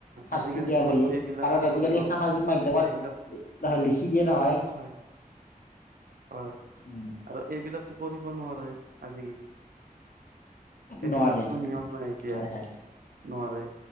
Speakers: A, on the left; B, on the right.
A: শাস্তি
B: আজিকালি
A: দিয়া
B: তোমাৰতো
A: বুলি
B: এইবিলাক
A: কাৰণ আজিকালি
B: কৰিব
A: সামাজিক মাধ্যমত।
B: এইবিলাক
A: নহয় লিখি দিয়ে নহয়।
B: হয় হয়।
A: উম।
B: আৰু এইবিলাকতো কৰিব নোৱাৰে আজিকালি। এইবিলাকতো
A: নোৱাৰে
B: নিয়ম নাই এতিয়া।
A: হয় হয়
B: নোৱাৰে